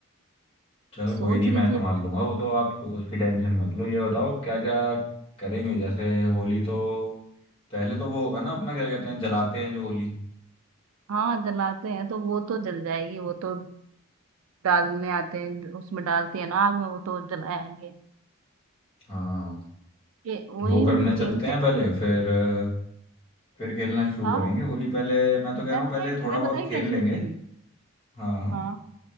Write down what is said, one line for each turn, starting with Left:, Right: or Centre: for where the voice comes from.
Left: चलो कोई
Right: सोच
Left: नहीं
Right: रही
Left: मैं संभाल
Right: थी अब-
Left: लूंगा वो तो आप उसकी टेंशन मत लो ये बताओ क्या क्या करेंगे जैसे होली तो पहले तो वो होगा ना अपना क्या कहते हैं जलाते हैं जो होली
Right: हाँ जलाते हैं तो वो तो जल जाएगी वो तो डालने आते हैं उसमें डालते हैं ना आग में वो तो जलाएंगे
Left: हाँ
Right: ये वही
Left: वो करने
Right: जो
Left: चलते
Right: खेलते
Left: हैं
Right: हैं
Left: पहले फिर अ, फिर खेलना शुरू
Right: हाँ
Left: करेंगे होली पहले मैं तो कह रहा
Right: मैं
Left: हूँ
Right: पता
Left: पहले
Right: है
Left: थोड़ा
Right: मैं
Left: बहुत
Right: पता है क्या
Left: खेल
Right: सोच
Left: लेंगे
Right: रही हूँ
Left: हाँ
Right: हाँ